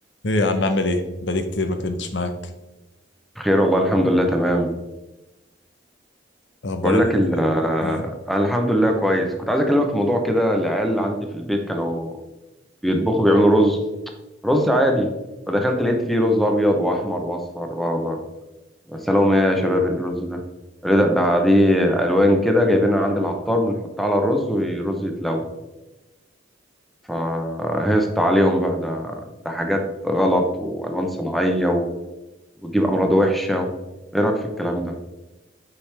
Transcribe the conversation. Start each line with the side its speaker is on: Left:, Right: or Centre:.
Left: ايه يا عم اعمل ايه بقالي كتير ما كنتش معاك
Centre: بخير والله الحمد لله تمام
Left: اخبار
Centre: بقول
Left: ال
Centre: لك ال- آه،
Left: آه.
Centre: الحمد لله كويس كنت عايز اكلمك في موضوع كده العيال عندي في البيت كانوا بيطبخوا بيعملوا رز رز عادي فدخلت لقيت فيه رز ابيض واحمر واصفر واخضر سلام يا شباب الرز ده قالوا لي ده ده دي الوان كده جايبينها عند العطار بنحطها على الرز والرز يتلو فهست عليهم بقى ده ده حاجات غلط والوان صناعيه و- وبتجيب امراض وحشه ايه رايك في الكلام ده